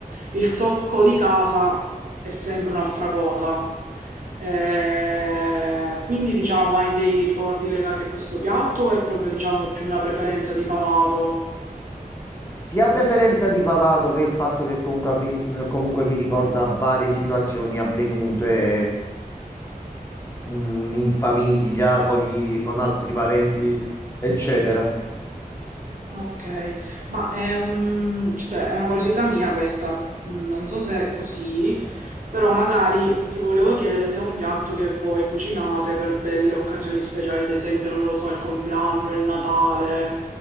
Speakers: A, on the right (about 60°); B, on the left (about 15°).
A: il tocco di casa è sempre un'altra cosa. Eh, quindi diciamo, hai dei ricordi legati a questo piatto o è proprio diciamo più una preferenza di palato?
B: sia preferenza di palato che il fatto che comunque mi, m- comunque mi ricorda varie situazioni avvenute, mm, in famiglia, con gli- con altri parenti, eccetera.
A: Ok, ma è, un- cioè, è una curiosità mia questa, mm, non so se è così, però magari ti volevo chiedere se è un piatto che voi cucinate per delle occasioni speciali, ad esempio, non lo so, il compleanno, il Natale,